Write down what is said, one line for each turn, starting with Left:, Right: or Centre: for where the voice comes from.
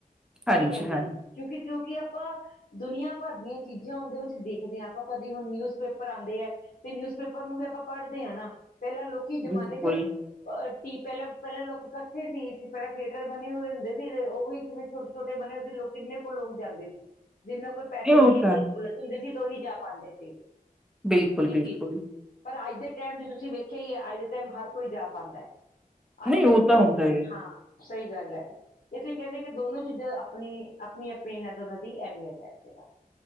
Centre: ਹਾਂਜੀ-ਹਾਂਜੀ
Left: ਇਹੳ ਕਹਿੰਦੇ, ਕਿਉਂਕਿ- ਕਿਉਂਕਿ ਆਪਾ ਦੁਨੀਆਂ ਭਰ ਦੀਆਂ ਚੀਜ਼ਾਂ ਉਂਨਦੇ ਵਿੱਚ ਦੇਖਦੇ ਹਾਂ, ਆਪਾਂ ਕਦੇ ਹੁਣ ਨਿਊਜ਼-ਪੇਪਰ ਆਂਦੇ ਹੈ। ਤੇ, ਨਿਊਜ਼ਪੇਪਰ ਨੂੰ ਵੀ ਆਪਾਂ ਪੜਦੇ ਹਾਂ ਨਾ, ਪਹਿਲਾਂ ਲੋਕੀ ਜ਼ਮਾਨੇ
Centre: ਬਿਲਕੁਲ
Left: 'ਚ ਪ ਨੀ, ਪਹਿਲਾਂ-ਪਹਿਲਾਂ ਲੋਕ ਇਕੱਠੇ ਸੀ ਇੱਥੇ ਪਹਿਲਾ ਥੀਏਟਰ ਬਣੇ ਹੋਏ ਹੁੰਦੇ ਸੀ, ਤੇ ਉਹ ਜਿਂਵੇਂ ਛੋਟੇ ਛੋਟੇ ਬਣੇ ਹੋਏ ਸੀ, ਲੋਕ ਕਿੰਨੇ ਕ ਲੋਕ ਜਾਂਦੇ ਸੀ, ਜਿੰਨਾ ਕੋਲ ਪੈਸੇ
Centre: ਇਹ ਉਹ
Left: ਦੀ ਇੰਨੀ
Centre: ਤਾਂ
Left: ਸਹੂਲਤ ਹੁੰਦੀ ਸੀ, ਤੇ ਉਹੀ ਜਾ ਪਾਂਦੇ ਸੀ,
Centre: ਬਿਲਕੁਲ-ਬਿਲਕੁਲ-ਬਿਲਕੁਲ
Left: ਇਹ ਚੀਜ਼। ਪਰ ਅੱਜ ਦੇ ਟਾਈਮ'ਚ ਤੁਸੀਂ ਵੇਖਿਆ ਹੀ ਏ, ਅੱਜ ਦੇ ਟਾਈਮ ਹਰ ਕੋਈ ਜਾ ਪਾਂਦਾ ਹੈ।
Centre: ਨਹੀਂ
Left: ਅੱਜ ਤ
Centre: ਉਹ
Left: ਕੋਈ,
Centre: ਤਾਂ ਹੁੰਦਾ ਹੈ
Left: ਹਾਂ। ਸਹੀ ਗੱਲ ਐ ਇਥੇ ਕਹਿੰਦੇ ਕਿ ਦੋਨੋ ਚੀਜਾ ਅਪਣੀ-ਅਪਣੀ ਇਹਨਾਂ ਦੋਨਾਂ ਦੀ ਅਹਿਮੀਅਤ ਹੈ, ਅਪਨੇ ਪਾ